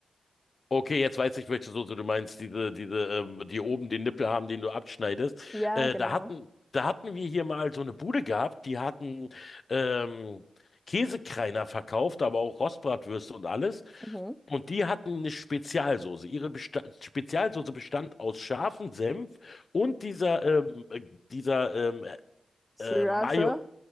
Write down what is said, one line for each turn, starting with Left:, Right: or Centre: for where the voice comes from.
Left: Okay, jetzt weiß ich, welche Soße du meinst, diese, diese, ähm, die oben den Nippel haben, den du abschneidest.
Centre: Ja,
Left: Äh,
Centre: genau.
Left: da hatten, da hatten wir hier mal so eine Bude gehabt, die hatten ähm, Käsekreiner verkauft, aber auch Rostbratwürste und alles.
Centre: Mhm.
Left: Und die hatten eine Spezialsoße. Ihre Besta Spezialsoße bestand aus scharfem Senf und dieser, ähm, äh, dieser ähm, äh,
Centre: Sriracha.
Left: äh, Mayo,